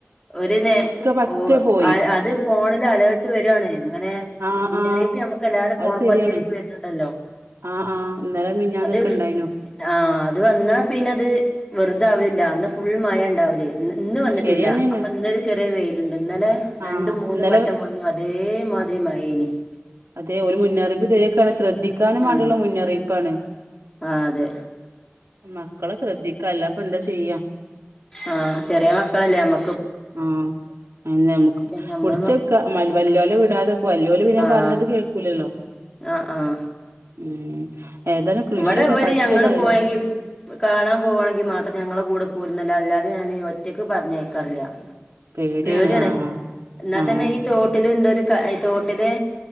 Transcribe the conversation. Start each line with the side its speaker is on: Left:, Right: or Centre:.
Left: ഒര് നേ
Right: പറ്റെ
Left: ഒ
Right: പോയി
Left: ആ ഒര് ഫോണില് അലെർട് വരാണ് ഇങ്ങനെ
Right: ആഹ്
Left: മുന്നറിയിപ്പ്
Right: ആഹ്
Left: ഞമ്മക്ക് എല്ലാർടെ
Right: അത്
Left: ഫോണിക്കും
Right: ശരിയാണ്
Left: ഒറ്റടിക്ക് വരണുണ്ടല്ലോ,
Right: ആഹ് ആഹ് ഇന്നലെ മിഞ്ഞാന്നൊക്കെ
Left: അത്
Right: ഇണ്ടായിനു
Left: പിന്നാ അത് വന്നാപ്പിന്നെ അത് വെറുതെ ആവലില്ല അന്ന് ഫുൾ മഴയാ ഇണ്ടാവാ ഇ ഇന്ന് വന്നിട്ടില്ല
Right: ശരിയന്നെയാണ്
Left: അപ്പ ഇന്നൊരു ചെറിയ വെയിലിണ്ട് ഇന്നലെ
Right: ആഹ്
Left: രണ്ട് മൂന്ന്
Right: ഇന്നലെ
Left: വട്ടം വന്നു അതേ മാതിരി മഴേ <unintelligible>
Right: അതേ ഓല് മുന്നറിയിപ്പ് തരേക്കാണ് ശ്രദ്ധിക്കാനും
Left: ഉം
Right: വേണ്ടിള്ള മുന്നറിയിപ്പാണ്.
Left: ആഹ് അതെ.
Right: മക്കള ശ്രദ്ധിക്കാ അല്ലാപ്പ എന്താ ചെയ്യാ.
Left: ആഹ് ചെറിയ മക്കളല്ലേ ഞമ
Right: ആഹ് അന്നെ നമുക്ക്
Left: നമ്മള്
Right: കുടിച്ചെക്ക വല്യോലെ വിടാതെ വല്യോല് പിന്നൻ
Left: ആഹ്
Right: പറഞ്ഞത് കേൾക്കൂലല്ലോ
Left: ആഹ് ആഹ്
Right: ഉം ഏതായാലും കൃഷിയൊക്കെ
Left: ഇവിടെ ഇവര്
Right: പറ്റിയതാണ്
Left: ഞങ്ങള് പോയെങ്കി കാണാൻ പോവാണെങ്കി മാത്രം ഞങ്ങള കൂടെ പോയിരുന്നല്ലോ അല്ലാ ഞാന് ഒറ്റയ്ക്ക് പറഞ്ഞയക്കാറില്ല.
Right: പേടിയാണ്
Left: പേടിയണ്
Right: ആഹ്
Left: എന്നാ
Right: ആഹ്
Left: തന്നെ ഈ തോട്ടില് ഇന്ത ഒര് ഈ തോട്ടിലെ